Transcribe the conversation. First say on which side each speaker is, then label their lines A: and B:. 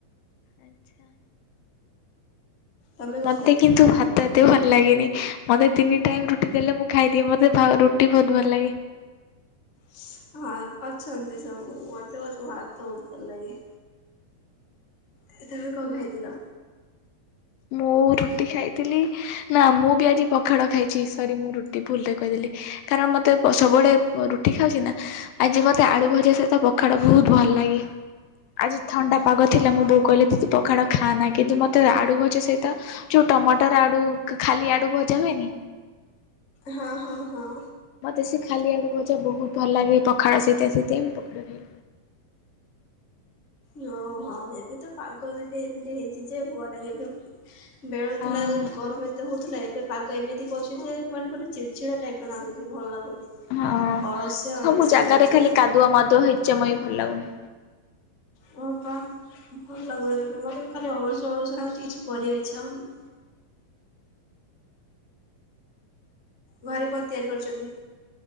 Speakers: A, on the left; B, on the left.
A: ଆଚ୍ଛା।
B: ତମେ କଣ
A: ମତେ
B: ଖାଇଥିଲ?
A: କିନ୍ତୁ ଭାତ ଏତେ ଭଲ୍ ଲାଗେନି। ମତେ ତିନି ଟାଇମ୍ ରୁଟି ଦେଲେ ମୁଁ ଖାଇଦିଏ। ମତେ ଭାଉ ରୁଟି ବହୁତ ଭଲ ଲାଗେ।
B: ଶ୍ ହଁ ଅଛନ୍ତି ସବୁ ମୋତେ ବହୁତ୍ ଭାତ ବହୁତ୍ ଭଲ୍ ଲାଗେ। ଏ ତମେ କଣ ଖାଇଥିଲ?
A: ମୁଁ ରୁଟି ଖାଇ ଥିଲି। ନା ମୁଁ ବି ଆଜି ପଖାଳ ଖାଇଚି। ସରି ମୁଁ ରୁଟି ଭୁଲରେ କହିଦେଲି କାରଣ ମତେ ସବୁବେଳେ ରୁଟି ଖାଉଚି ନା ଆଜି ମତେ ଆଳୁ ଭଜା ସହିତ ପଖାଳ ବହୁତ ଭଲ ଲାଗେ ଆଜି ଥଣ୍ଡା ପାଗ ଥିଲା।
B: ଓହୋ
A: ମୋ ବୋଉ କହିଲା ତୁ ତ ପଖାଳ ଖାନା କିନ୍ତୁ ମତେ ଆଡୁ ଭଜ୍ ଜା ସହିତ ଯୋଉ ଟମାଟର ଆଡୁ ଖାଲି ଆଡୁ ଭଜା ହୁଏନି?
B: ହଁ ହଁ ହଁ।
A: ମତେ ସେ ଖାଲି ଆଡୁ ଭଜା ବହୁତ ଭଲ ଲାଗେ। ପଖାଳ ସହିତ ସେଇଥିପାଇଁ ମୁଁ ପଖାଳ ଖାଇଲି।
B: ହ ହଉ ଏବେ ତ ପାଗ ଏମତି ଏମିତି ହେଇଛି ଯେ <unintelligible> ବେଳ
A: ହଁ
B: ଥିଲା ଯେ ଗରମ ଏତେ ହଉଥିଲା ଏବ୍ ବେ ପାଗ ଏମିତି କରିଚି ଯେ ମାନେ ଗୋଟେ ଚିଡଚିଡା ଟାଇପ୍ ର ନାଗୁଛି ଭଲ ଲାଗୁନି।
A: ହଁ।
B: ଅଳସୁଆ
A: ସବୁ
B: ଅଳସୁଆ
A: ଜାଗାରେ
B: ଲାଗୁଛି
A: ଖାଲି କାଦୁଅ ମାଦୁଅ ହେଇଚି ଜମା ବି ଭଲ୍ ଲାଗୁନି।
B: ହଁ ପା ଭଲ୍ ଲାଗୁନି ସେଥିପାଇଁ ମତେ ବି ଖାଲି ଅଳସୁଆ ଅଳସୁଆ ଲାଗୁଚି କିଛି କରିବାକୁ ଇଚ୍ଛା ହଉନି। ଘରେ କଣ ତିଆରି କରିଚନ୍ତି?